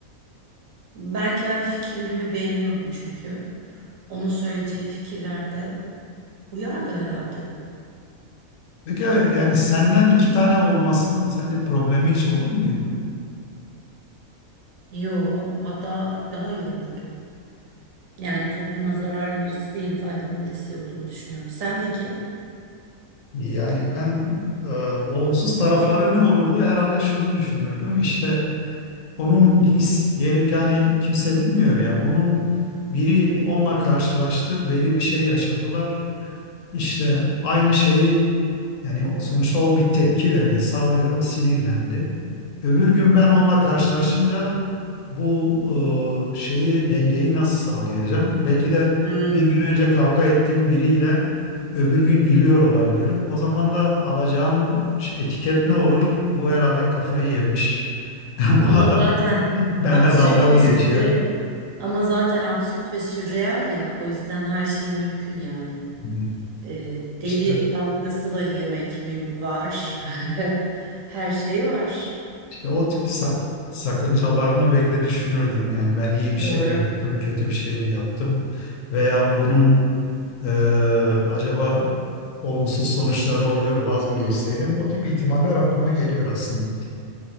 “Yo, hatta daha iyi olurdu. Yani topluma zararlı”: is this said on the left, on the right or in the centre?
Right